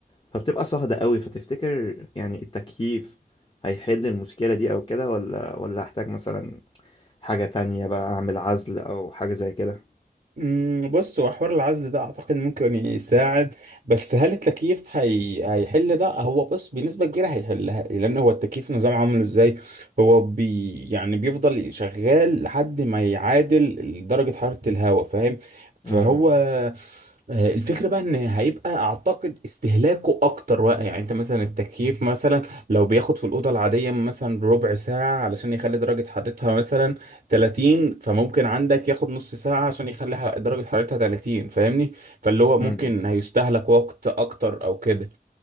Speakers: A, on the left (about 30°); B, on the right (about 65°).
A: فبتبقى صهدة قوي فتفتكر يعني التكييف هيحل المشكلة دي أو كده ولا ولا أحتاج مثلا حاجة تانية بقى أعمل عزل أو حاجة زي كده
B: مم. بص هو حوار العزل ده اعتقد ممكن يساعد بس هل التكييف هي... هيحل ده هو بص بنسبه كبيره هيحلها لان هو التكييف نظام عامله ازاي هو بي... يعني بيفضل شغال لحد ما يعادل درجه حراره الهواء فاهم
A: م-
B: فهو
A: م-
B: آه، الفكرة بقى ان هيبقى اعتقد استهلاكه اكتر بقى يعني انت مثلا التكييف مثلا لو بياخد في الاوضة العادية مثلا ربع ساعة علشان يخلي درجة حرارتها مثلا 30 فممكن عندك ياخد نص ساعة عشان يخلي ح- درجة حرارتها 30 فاهمني فاللي هو
A: م-
B: ممكن هيستهلك وقت اكتر او كده